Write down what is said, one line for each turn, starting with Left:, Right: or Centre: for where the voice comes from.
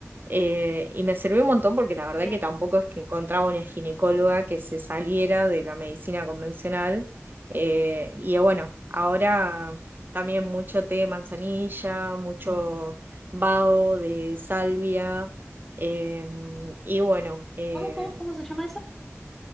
Right: Eh, y me sirvió un montón porque la verdad
Centre: Bien.
Right: que tampoco es que encontraba una ginecóloga que se saliera de la medicina convencional. Eh, y eh, bueno, ahora también mucho té de manzanilla, mucho vaho de salvia, eh, y bueno, eh,
Centre: ¿Cómo, cómo, cómo se llama eso?